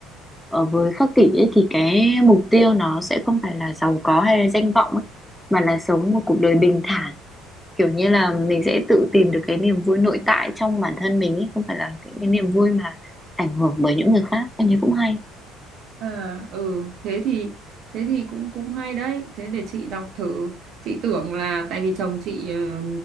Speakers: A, in the centre; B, on the right.
A: ở với khắc kỷ ấy thì cái mục tiêu nó sẽ không phải là giàu có hay là danh vọng ấy mà là sống một cuộc đời bình thản kiểu như là mình sẽ tự tìm được cái niềm vui nội tại trong bản thân mình ấy không phải là những cái niềm vui mà ảnh hưởng bởi những người khác em thấy cũng hay
B: À, ừ thế thì thế thì cũng cũng hay đấy thế để chị đọc thử chị tưởng là tại vì chồng chị ờ,